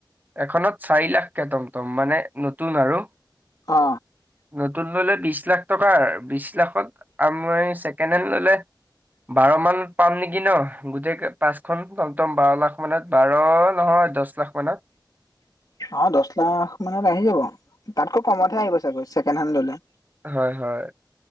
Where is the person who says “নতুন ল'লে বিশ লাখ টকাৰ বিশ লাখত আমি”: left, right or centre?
Right